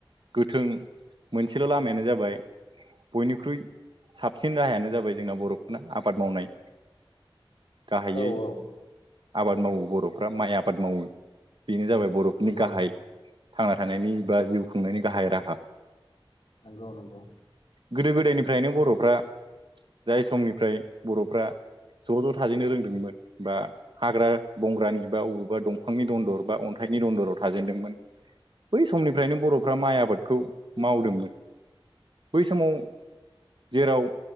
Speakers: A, on the right; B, on the left.
A: गोथों मोनसेल' लामायानो जाबाय बयनिख्रुइ साबसिन राहायानो जाबाय जोंना बर'फोरना आबाद मावनाय। गाहायै
B: औ औ
A: आबाद मावो बर'फ्रा माइ आबाद मावो बेनो जाबाय बर'फोरनि
B: नंगौ
A: गाहाय थांना थानायनि बा जिउ खुंनायनि गाहाय राहा।
B: औ नंगौ
A: गोदो गोदायनिफ्रायनो बर'फ्रा जाय समनिफ्राय बर'फ्रा ज' ज' थाजेनो रोंदोंमोन बा हाग्रा बंग्रानि बा बबेबा दंफांनि दनदर बा अनथाइनि दनदराव थाजेनदोंमोन बै समनिफ्रायनो बर'फ्रा माइ आबादखौ मावदोंमोन। बै समाव जेराव